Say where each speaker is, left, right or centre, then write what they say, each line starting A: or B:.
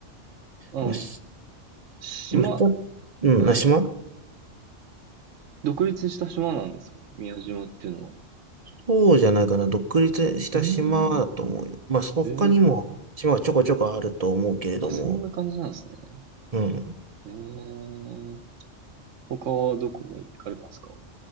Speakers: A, on the right; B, on the right.
A: あの、
B: まあ、し
A: 島、
B: まあ、鹿うん、
A: はいはい
B: な、島
A: 独立した島なんですか宮島っていうのは。
B: そうじゃないかな。独立した島だと思うよ。
A: うーん。
B: まあ、そ他にも島はちょこちょこあると思うけれども。
A: ええーあ、そんな感じなんですね。
B: うん。
A: ええー他はどこが行かれたんですか